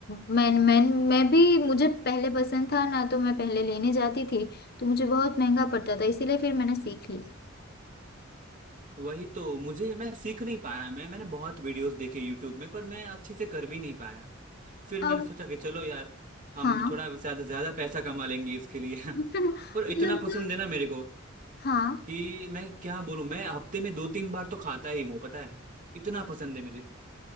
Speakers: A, on the left (about 50°); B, on the right (about 40°).
A: मैं मैं मैं भी मुझे पहले पसंद था ना तो मैं पहले लेने जाती थी तो मुझे बहुत महंगा पड़ता था इसीलिए फिर मैंने सीख लिया
B: वही तो मुझे मैं सीख नहीं पाया मैं मैंने बहुत वीडियोस देखे यूट्यूब में पर मैं अच्छे से कर भी नहीं पाया फिर
A: अब
B: मैंने सोचा कि चलो यार हम
A: हाँ
B: थोड़ा शायद ज्यादा पैसा कमा लेंगे इसके लिए <laughs>
A: <laughs>
B: पर
A: मतलब
B: इतना पसंद
A: तो
B: है ना मेरे को
A: हाँ
B: कि मैं क्या बोलूं मैं हफ्ते में दो तीन बार तो खाता ही हूँ पता है इतना पसंद है मुझे